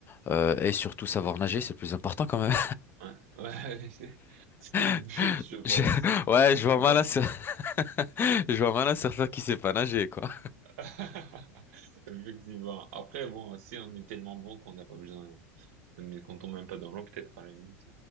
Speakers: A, on the left; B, on the right.
A: Euh, et surtout savoir nager, c'est le plus important quand même.
B: ouais, ouais. <laughs> C'est c'est le
A: <laughs>
B: but, je pense.
A: Je- Ouais, je vois
B: À
A: mal
B: part
A: un, cer-
B: si-
A: <laughs> je vois mal un surfeur qui sait pas nager, quoi.
B: <laughs> effectivement. Après, bon, si on est tellement bon qu'on n'a pas besoin, qu'on ne qu'on tombe même pas dans l'eau, peut-être à la limite.